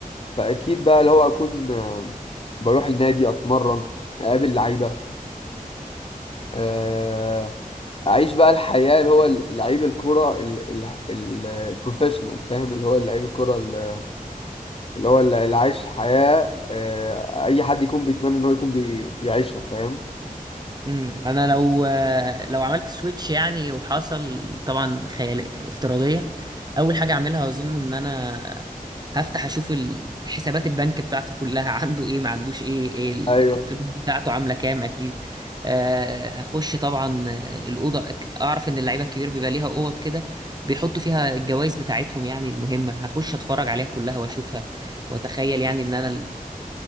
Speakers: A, on the left; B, on the right.
A: فاكيد بقى اللي هو اكون آه، بروح النادي اتمرن اقابل لعيبه آه، اعيش بقى الحياه اللي هو لعيب الكره ال- ال- ال- البروفيشنال فاهم اللي هو لعيب الكره ال- اللي هو اللي اللي عايش حياه آه، اي حد يكون بيتمنى ان هو يكون بيعيشها فاهم
B: امم انا لو لو عملت سويتش يعني وحصل طبعا خيال افتراضيا اول حاجه اعملها اظن ان انا هفتح اشوف ال- حسابات البنك بتاعته كلها <laughs> عنده ايه ما عندوش ايه, إيه ال-
A: ايوه
B: الفلوس بتاعته عامله كام اكيد أه هخش طبعا آه، الاوضه أك- اعرف ان اللعيبه الكبير بيبقى ليها اوض كده بيحطوا فيها الجوائز بتاعتهم يعني المهمه هخش اتفرج عليها كلها واشوفها واتخيل يعني ان انا ال-